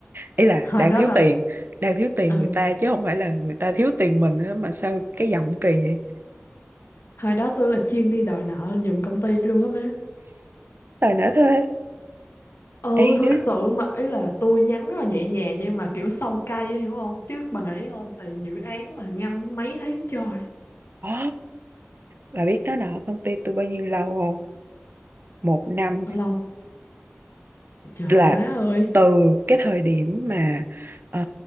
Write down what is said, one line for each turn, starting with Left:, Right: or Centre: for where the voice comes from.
Right: ý là
Left: hồi
Right: đang
Left: đó
Right: thiếu
Left: là
Right: tiền đang thiếu tiền
Left: ừ
Right: người ta chứ không phải là người ta thiếu tiền mình á, mà sao cái giọng kỳ vậy
Left: hồi đó tôi là chuyên đi đòi nợ giùm công ty luôn á má
Right: đòi nợ thuê
Left: ừ
Right: ê
Left: thật
Right: đứa
Left: sự mà ý là tôi nhắn rất là nhẹ nhàng nhưng mà kiểu sâu cay ấy, hiểu không chứ bà nghĩ coi tiền dự án mà ngâm mấy tháng trời
Right: Ờ. Là biết nó nợ công ty tôi bao nhiêu lâu không? Một năm
Left: bao lâu trời
Right: là
Left: má ơi
Right: từ cái thời điểm mà ờ,